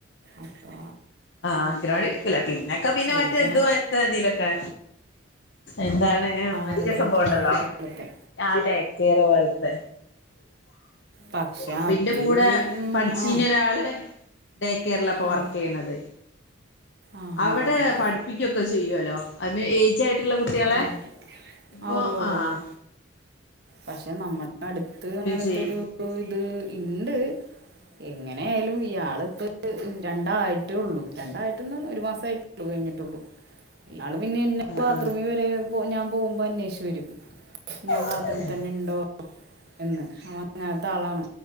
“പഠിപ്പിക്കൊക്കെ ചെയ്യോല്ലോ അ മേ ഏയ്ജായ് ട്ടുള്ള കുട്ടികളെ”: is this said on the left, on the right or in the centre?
Left